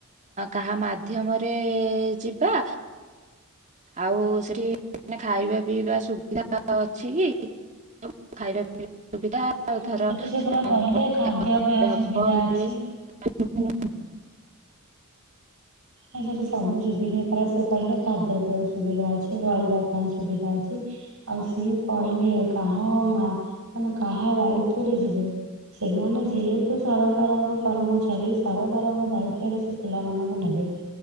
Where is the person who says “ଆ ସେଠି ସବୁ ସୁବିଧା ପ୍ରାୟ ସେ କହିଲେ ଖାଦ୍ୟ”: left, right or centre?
Right